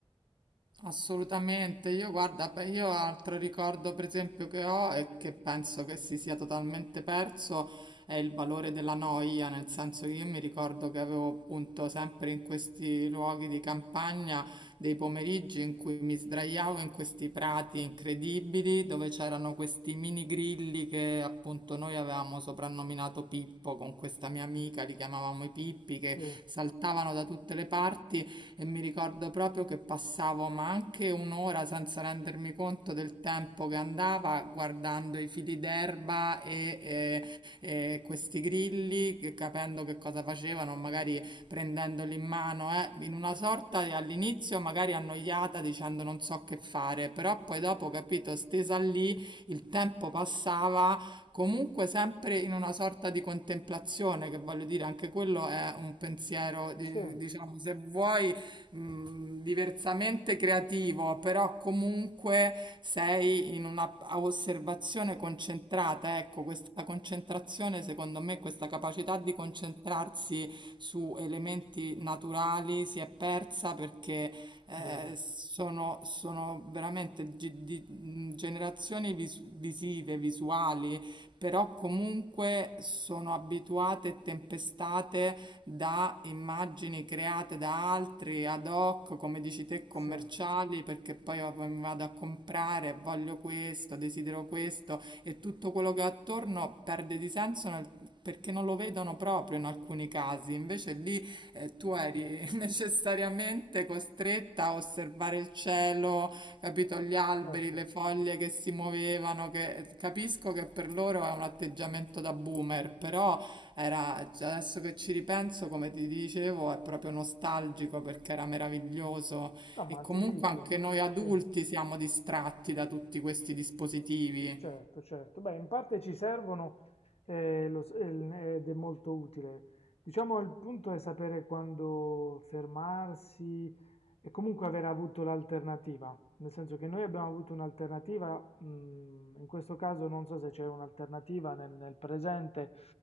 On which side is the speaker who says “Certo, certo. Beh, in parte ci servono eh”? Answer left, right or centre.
Left